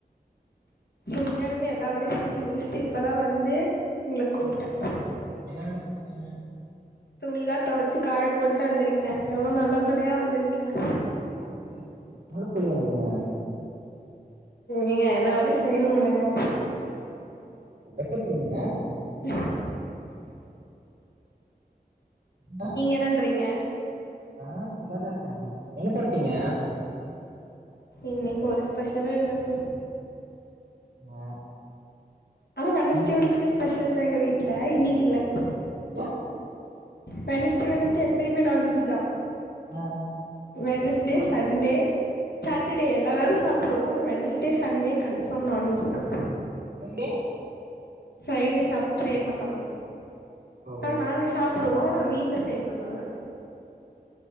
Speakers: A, on the left; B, on the right.
A: உண்மையாலுமே எல்லா வேலையும் செஞ்சு முடிச்சுட்டு இப்பதா வந்து உங்கள கூப்ட்டே
B: ம் என்ன வேல பண்ணீங்க
A: துணியிலா துவைச்சு காய போட்டு வந்திருக்கேன் எவ்வளவு நல்ல பிள்ளையா வந்திருக்கேன்
B: ஓ சே சே முழ புள்ளியா நீங்க
A: ஏங்க எல்லா வேலையு செய்யணும்லங்க
B: எப்பத்துலுந்துங்க
A: டி
B: நா
A: என்னன்றீங்க
B: நா சும்மாதா இருக்கேங்க எனக்கட் ட்டிங்க
A: இன்னைக்கு ஒரு ஸ்பெஷலு இல்லங்க
B: ஆ
A: ஆனா வெனஸ்டே
B: உங்களுக்கு
A: வெனஸ்டே ஸ்பெஷ ல்தா எங்க வீட்ல இன்னைக்கு இல்ல
B: ஏ
A: வெனஸ்டே வெனஸ்டே எப்பயுமே நான்வெஜ் தா
B: ஆ
A: வெனஸ்டே சண்டே சாட்டர்டே எல்லா நாளு சாப் புடுவோ ஆனா வெனஸ்டே சண்டே கன்ஃபார்ம் நான்வெஜ் தா
B: எங்க
A: ஃப்ரைடே சாப் செய்ய மாட்டாங்க
B: ஓ
A: ஆனா நாங்க சாப்புடுவோ வீட்ல செய்ய மாட்டாங்க